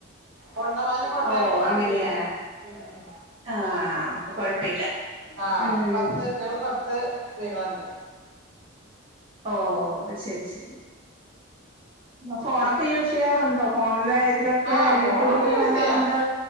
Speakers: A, on the right (about 65°); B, on the right (about 25°).
A: കൊണ്ടവാനും കൊണ്ടുവാനൊക്കെ
B: ഓഹ്
A: വണ്ടി
B: അങ്ങനെയാ
A: വരുംഉ ഉ ഉ
B: ആഹ് അപ്പൊ കൊഴപ്പില്ല
A: ആ
B: ഉം
A: പത്ത് ഞങ്ങള് പത്ത് സ്ത്രീകളുണ്ട്.
B: ഓ ശരി ശരി മ് ഫോണൊക്കെ യൂസ് ചെയ്യാറുണ്ടോ ഫോണിലെ? ഇതിലൊക്കെ
A: ആ ഫോണൊക്കെ
B: യൂട്യൂബൊക്കെ
A: യൂസ്
B: കാണാറുണ്ടോ
A: ചെയ്യാ